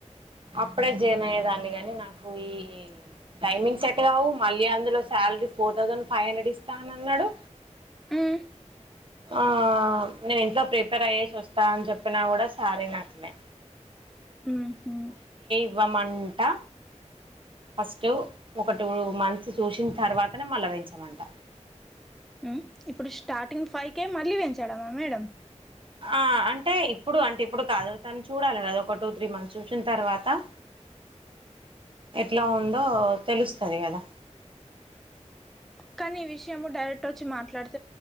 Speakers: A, on the right; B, in the centre.
A: అప్పుడే జేన్ అయ్యేదాన్ని గాని నాకు ఈ టైమింగ్ సెట్ కావు మళ్ళీ అందులో salary four thousand five hundred ఇస్తా అని అన్నాడు
B: ఉమ్
A: ఆ నేను ఇంట్లో ప్రిపేర్ అయ్యేసి వస్తా అని చెప్పినా కూడా సార్ వినట్లే
B: ఉహు
A: ఇవ్వమంటా ఫస్ట్ ఒక టూ మంత్స్ చూసిన తర్వాతనే మళ్ళ పెంచామంట
B: ఉమ్ ఇప్పుడు స్టార్టింగ్ ఫైవ్ కే మళ్ళీ పెంచాడమా మేడం
A: ఆ అంటే ఇప్పుడు అంటే ఇప్పుడు కాదు తను చూడాలి కదా ఒక టూ త్రీ మంత్స్ చూసిన తర్వాత ఎట్లా ఉందో తెలుస్తాది కదా
B: కానీ ఈ విషయం డైరెక్ట్ వచ్చి మాట్లాడుత